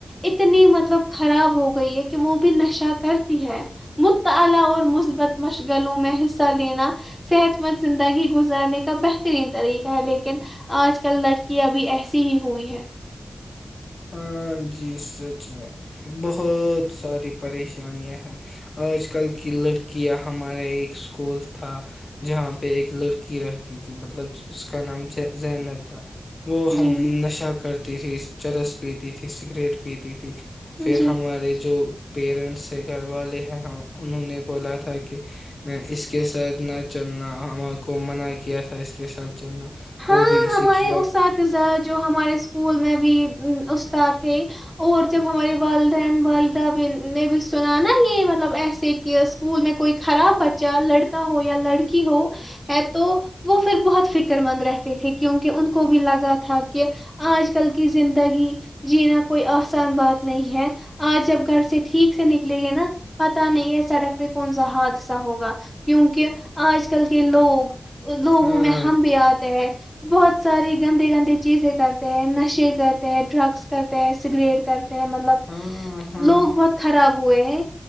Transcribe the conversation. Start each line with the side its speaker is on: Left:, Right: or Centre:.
Centre: اتنی مطلب خراب ہو گئی ہے کہ وہ بھی نشہ تو کرتی ہے مطالعہ اور مثبت مشغلوں میں حصہ لینا صحت مند زندگی گزارنے کا بہترین طریقہ لیکن آج کل لڑکی ابھی ایسی ہی ہوئی ہے
Left: ہاں جی سچ میں بہت ساری پریشانیاں ہیں آج کل کی لڑکیاں ہمارا ایک اسکول تھا جہاں پہ ایک لڑکی رہتی تھی مطلب اس کا نام زینب تھا وہ
Centre: جی
Left: ہم نشہ کرتی تھی اس چرس پیتی تیں سگریٹ پیتی تھی پھر
Centre: جی
Left: ہمارے جو <unintelligible> پیرنٹس سے گھر والے ہیں ہم انہوں نے بولا تھا کہ اس کے ساتھ نہ چلنا ہمار کو منع کیا تھا اس کے ساتھ چلنا
Centre: ہاں
Left: وہ بھی اسی
Centre: ہمارے
Left: ڈرگ
Centre: اساتذہ جو ہمارے اسکول میں بھی استاد تھے اور جب ہمارے والدین والدہ بھی نے بھی سنا نا یہ مطلب ایسے کہ اسکول میں کوئی خراب بچہ لڑکا ہو یا لڑکی ہو ہے تو وہ پھر بہت فکر مند رہ تے تھے کیونکہ ان کو بھی لگا تھا کہ آج کل کی زندگی جینا کوئی آسان بات نہیں ہے آج جب گھر سے ٹھیک سے نکلیں گے نا پتا نہیں ہے سڑک پہ کون سا حادثہ ہوگا کیونک آج کل کے لوگ لوگوں
Left: ہاں
Centre: میں ہم بھی آتے ہیں بہت ساری گندے گندی چیزیں کرتے ہیں نشے کرتے ہیں ڈرگس کرتے ہیں سگریٹ کرتے مطلب
Left: ہاں ہاں
Centre: لوگ بہت خراب ہوئے ہیں